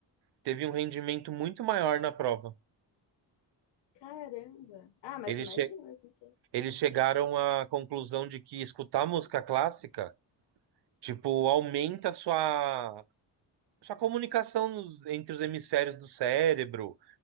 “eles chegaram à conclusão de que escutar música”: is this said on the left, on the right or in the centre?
Right